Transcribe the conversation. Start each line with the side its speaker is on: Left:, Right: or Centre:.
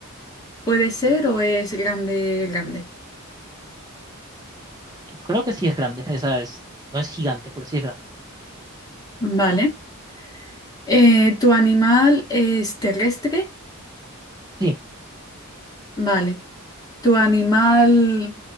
Left: ¿Puede ser o es grande, grande?
Right: Yo creo que sí es grande. Esa es, no es gigante, pero sí es grande.
Left: Vale. Eh, ¿tu animal es terrestre?
Right: Sí,
Left: Vale. ¿Tu animal